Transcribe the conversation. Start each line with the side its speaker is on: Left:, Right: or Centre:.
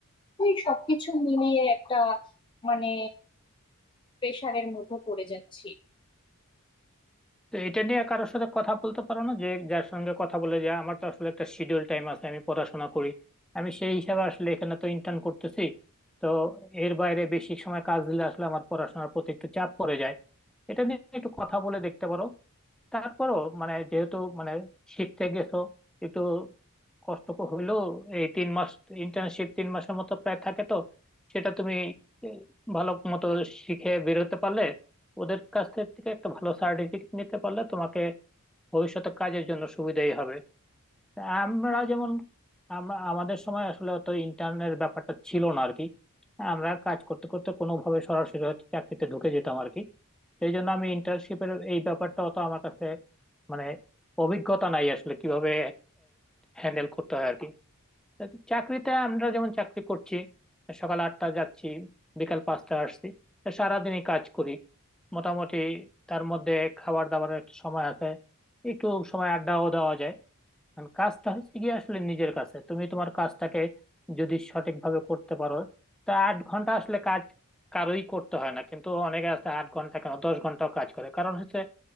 Left: তো এই সবকিছু মিলিয়ে একটা মানে প্রেশারের মধ্যে পড়ে যাচ্ছি
Centre: তো এটা নিয়ে কারোর সাথে কথা বলতে পারো না যে যার সঙ্গে কথা বলে যে আমার তো আসলে একটা শিডিউল টাইম আছে আমি পড়াশোনা করি আমি সেই হিসাবে আসলে এখানে তো ইন্টার্ন করতেছি তো এর বাইরে বেশি সময় কাজ দিলে আসলে আমার পড়াশোনার প্রতি একটু চাপ পড়ে যায় এটা নিয়ে একটু কথা বলে দেখতে পারো তারপরও মানে যেহেতু মানে শিখতে গেছো একটু কষ্ট ক- হইলেও এই তিন মাস ইন্টার্নশিপ তিন মাসের মতো প্রায় থাকে তো সেটা তুমি এই, ভালো মতো শিখে বেরোতে পারলে ওদের কাছ থেকে একটা ভালো সার্টিফিকেট নিতে পারলে তোমাকে ভবিষ্যতে কাজের জন্য সুবিধাই হবে আমরা যেমন আমরা আমাদের সময় আসলে অত ইন্টার্নের ব্যাপারটা ছিল না আর কি আমরা কাজ করতে করতে কোনোভাবে সরাসরি হয়তো চাকরিতে ঢুকে যেতাম আর কি সেই জন্য আমি ইন্টার্নশিপের এই ব্যাপারটা অত আমার কাছে মানে অভিজ্ঞতা নাই আসলে কিভাবে হ্যান্ডেল করতে হয় আর কি চাকরিতে আমরা যেমন চাকরি করছি সকাল আটটা যাচ্ছি বিকাল পাঁচটা আসছি তা সারাদিনই কাজ করি মোটামুটি তার মধ্যে খাবার দাবারের একটা সময় আছে একটু সময় আড্ডাও দেওয়া যায় কারণ কাজটা হচ্ছে কি আসলে নিজের কাছে তুমি তোমার কাজটাকে যদি সঠিকভাবে করতে পারো তা আট ঘন্টা আসলে কাজ কারোই করতে হয় না কিন্তু অনেকে আছে আট ঘন্টা কেন দশ ঘন্টাও কাজ করে কারণ হচ্ছে